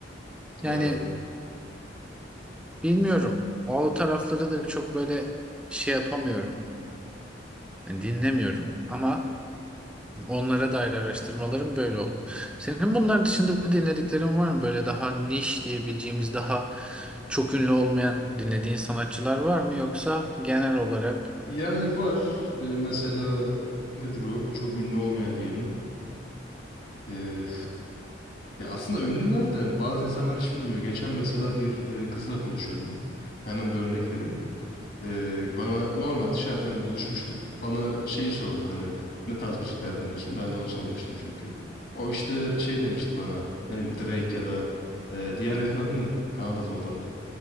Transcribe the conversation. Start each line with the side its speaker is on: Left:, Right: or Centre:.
Centre: Yani
Left: Evet.
Centre: bilmiyorum. O tarafları da çok böyle şey yapamıyorum. Yani dinlemiyorum ama onlara dair araştırmalarım böyle oldu. Senin bunlar dışında dinlediklerin var mı? Böyle daha niş diyebileceğimiz daha çok ünlü olmayan dinlediğin sanatçılar var mı yoksa genel olarak
Left: Yani var. e, mesela e, nedir o? Çok ünlü olmayan diyelim. E, ya aslında ünlüler de hani bazı insanlar hiç bilmiyor. Geçen mesela bir e, kızla konuşuyordum. Hemen bir örnek vereyim. Ee, bana normal dışarıdan hani buluşmuştuk. Bana şeyi sordu hani ne tarz müzikler dinliyorsun? Ben de onu sormuştum çünkü. O işte şey demişti bana. Ne bileyim Drake ya da e, diğer herifin adı ne? Kanadalı o da.